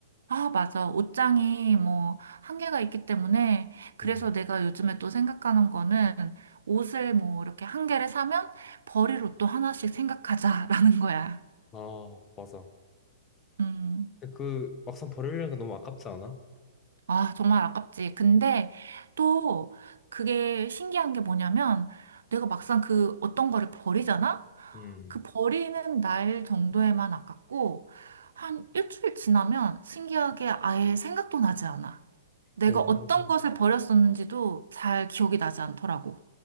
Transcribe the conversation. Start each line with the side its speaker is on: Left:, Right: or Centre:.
Right: 아, 맞아. 옷장이 뭐 한계가 있기 때문에, 그래서
Left: 음,
Right: 내가 요즘에 또 생각하는 거는 옷을 뭐 이렇게 한 개를 사면 버릴 옷도 하나씩 생각하자라는 거야.
Left: 아, 맞아.
Right: 음.
Left: 근데 그 막상 버리려니까 너무 아깝지 않아?
Right: 아, 정말 아깝지. 근데 또 그게 신기한 게 뭐냐면 내가 막상 그 어떤 거를 버리잖아?
Left: 음.
Right: 그 버리는 날 정도에만 아깝고 한 일주일 지나면 신기하게 아예 생각도 나지 않아. 내가
Left: 오,
Right: 어떤 것을 버렸었는지도 잘 기억이 나지 않더라고.